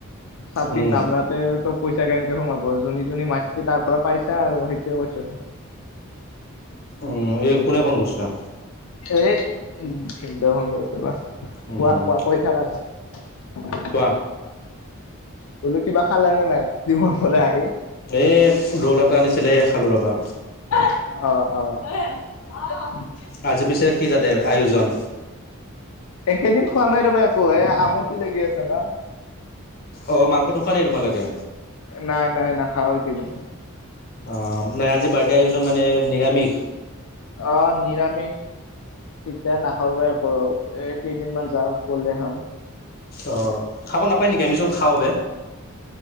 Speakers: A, on the left; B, on the left.
A: চাবমিট
B: উম,
A: নামাৰা। তে পইচা কেনেকে সোমাব যোনী যোনী মাছে তাৰ পৰা পাইছা আৰু সেইটোয়ে কৈছোঁ।
B: উম, এই কোনে ফোন কৰিছা
A: এ উ ভিনদেউ ফোন কৰিছে ৰবা
B: উম,
A: কোৱা-কোৱা কৈ থাকা তুমি
B: কোৱা?
A: বোলো কিবা খালে নে নাই জিমৰ পৰা আহি?
B: এই ৰ'ল এটা আনিছিলে সেই খালো ৰবা।
A: অ-অ এই অ
B: আজি পিছে কি তাতে আয়োজন?
A: একেদিন খোৱা নাই ৰবা একো এ আমটি লাগি আছে ন'
B: অ মাংস নোখোৱা নিকি তোমালোকে
A: নাই-নাই নাখাওঁ এই কেইদিন।
B: অ' মানে আজি বাৰ্থডে আয়োজন মানে নিৰামিষ?
A: অ নিৰামিষ। তেতিয়া নাখৰ বাৰ কৰো এ কেইদিনমান যাওক গলে খাম।
B: অঁ খাব নাপায় নেকি আমিচোন খাওঁ বে